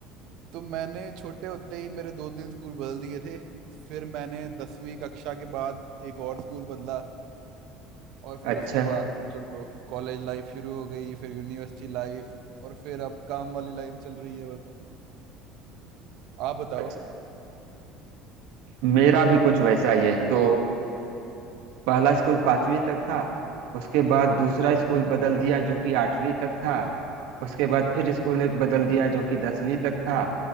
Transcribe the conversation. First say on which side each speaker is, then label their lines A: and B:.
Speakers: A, on the right; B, on the right.
A: तो मैंने छोटे होते ही मेरे दो तीन स्कूल बदल दिए थे फिर मैंने दसवीं कक्षा के बाद एक और स्कूल बदला और फिर
B: अच्छा
A: उसके बाद चलो कॉलेज लाइफ शुरू हो गई फिर यूनिवर्सिटी लाइफ और फिर अब काम वाली लाइफ चल रही है बस आप बताओ
B: अच्छा मेरा भी कुछ वैसा ही है तो पहला स्कूल पांचवी तक था उसके बाद दूसरा स्कूल बदल दिया जो कि आठवीं तक था उसके बाद फिर स्कूल एक बदल दिया जो कि दसवीं तक था